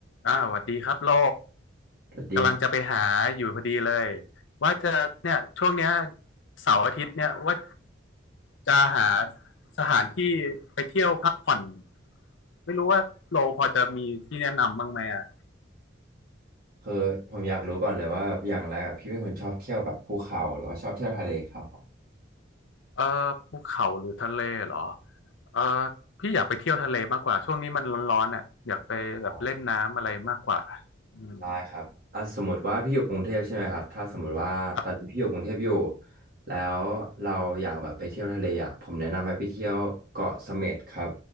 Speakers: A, on the left; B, on the right.
A: อ่าหวัสดีครับโล
B: สวัสดีครับ
A: กำลังจะไปหาอยู่พอดีเลยว่าจะเนี่ยช่วงเนี้ยเสาร์อาทิตย์เนี่ยว่าจะหาสถานที่ไปเที่ยวพักผ่อนไม่รู้ว่าโลพอจะมีที่แนะนำบ้างไหมอ่ะ
B: คือผมอยากรู้ก่อนเลยว่าอย่างแรกอะพี่เป็นคนชอบเที่ยวแบบภูเขาหรือว่าชอบเที่ยวทะเลครับผม
A: เออภูเขาหรือทะเลเหรอเออพี่อยากไปเที่ยวทะเลมากกว่าช่วงนี้มันร้อนๆอ่ะอยากไปแบบเล่นน้ำอะไรมากกว่า
B: อ่า
A: อืม
B: ได้ครับอ่ะสมมติว่าพี่อยู่กรุงเทพใช่ไหมครับถ้าสมมติว่าตอนนี้พี่อยู่กรุงเทพอยู่
A: ครับ
B: แล้วเราอยากแบบไปเที่ยวทะเลอ่ะผมแนะนำให้ไปเที่ยวเกาะเสม็ดครับ